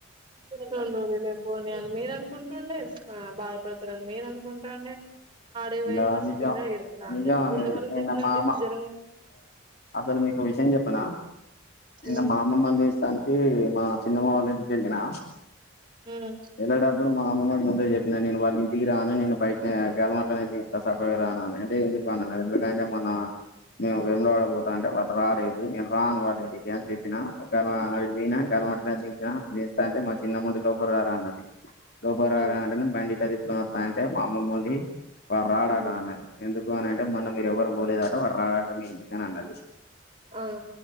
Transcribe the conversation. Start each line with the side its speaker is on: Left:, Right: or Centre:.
Right: సండూవులే పోనియని మీరు అనుకుంటుండే ఆ బాధపడతారని మీరు అనుకుంటాండే ఆడికి పోయి
Left: ఇ
Right: పసిపిల్ల
Left: నిజ
Right: ఏడుత్తాండే
Left: నిజ
Right: గుండె పలిగితే
Left: నేను
Right: ఎట్లా అండి
Left: మామ
Right: జ్వరం వ
Left: అసలు మీకు విషయం చెప్పనా నిన్న
Right: హ్మ్
Left: మామమ్మలకిన తీస్తాను ఏ మా చిన్నమాలని ఎల్లినా
Right: హ్మ్
Left: ఎదడ ఇప్పు మా అమ్మ వాడి ముందే చెప్పినా నేను వాళ్ళ ఇంటికి రానని బయటలట్ నే ఇస్తా సగా రానుని అంటే ఎందుకునిన్నారు ఎందుకంటే మన మేము వెముడ పడపోతా అంటే వాళ్ళు రాలదు నేను రాను వాళు ఎకి అని చెప్పినా గ పోయినా కలంటసిన నే ఇస్తా అంటే మా చిన్న ముడి లోపల రాా అన్నది రోబ రావే
Right: ఆ
Left: అంటే బండిఇటది దత్తయింట మా అమ్మమ్మ వాళ్ళది ప రాడాడా
Right: హ్మ్
Left: అన్నయ్ ఎందుకు వానయటం మన్నక్ మీరేవరు పోలేదంట వాడు రాడంట మీ ఇంటికి అన్నాడు
Right: ఆ